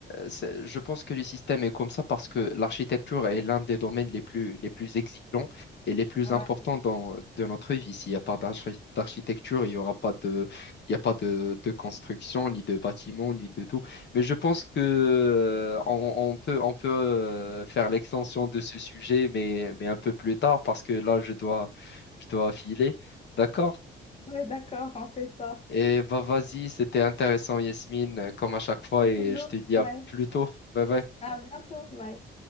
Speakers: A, on the left; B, on the left.
A: c'est- Je pense que le système est comme ça parce que l'architecture est l'un des domaines les plus, les plus exigeants et les plus
B: Ouais,
A: importants dans, de notre vie. S'il n'y a pas d'archi- d'architecture, il n'y aura pas de, il y a pas de, de construction, ni de bâtiment, ni de tout. Mais je pense que euh, on, on peut, on peut euh, faire l'extension de ce sujet, mais, mais un peu plus tard parce que là, je dois, je dois filer. D'accord?
B: ouais, d'accord, on fait ça.
A: Et bah vas-y, c'était intéressant, Yasmine, comme à chaque fois,
B: À
A: et
B: toujours.
A: je te dis
B: Ouais.
A: à plus tôt. Bye bye.
B: À bientôt. Bye.